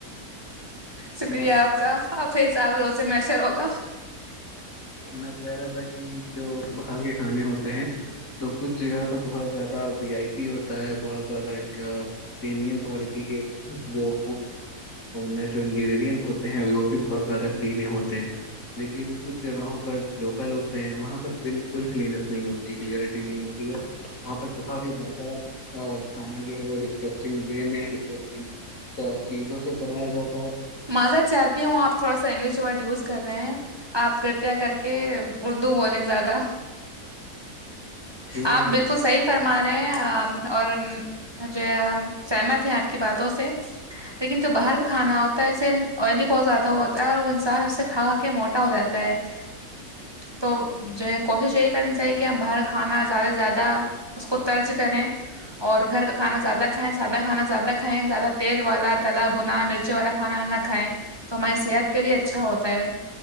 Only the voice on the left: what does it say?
میں
میں کہہ رہا تھا کہ جو باہر کے کھانے ہوتے ہیں تو کچھ جگہ تو بہت زیادہ وی آئی پی ہوتا ہے بہت زیادہ ایک پریمیم کوالٹی کے وہ میں جو انگریڈینٹ ہوتے ہیں وہ بھی بہت زیادہری ہوتے ہیں لیکن کچھ جگہوں پر لوکل ہوتے ہیں وہاں پر بالکل کلینس نہیں ہوتی کلیئرٹی نہیں ہوتی ہے وہاں پر بہت ہی ماد س جو ہے وہ ڈسکسگ میں ڈسکسنگ تو چیزوں سے بنایا جاتا توم
ٹھیک ہے